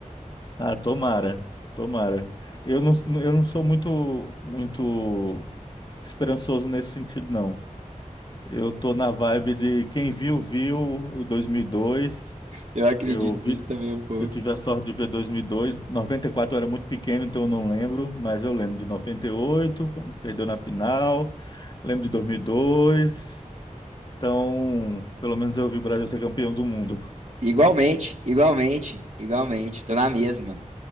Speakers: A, on the left (about 35°); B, on the right (about 55°).
A: Ah, tomara, tomara. Eu não, eu não sou muito, muito esperançoso nesse sentido, não. Eu tô na vibe de quem viu, viu o 2002.
B: Eu acredito
A: Eu vi,
B: nisso também um pouco,
A: eu tive
B: viu?
A: a sorte de ver 2002. 94 eu era muito pequeno, então eu não lembro, mas eu lembro de 98, perdeu na final. Lembro de dois. mil e dois. Então, pelo menos eu vi o Brasil ser campeão do mundo.
B: Igualmente, igualmente, igualmente. Estou na mesma.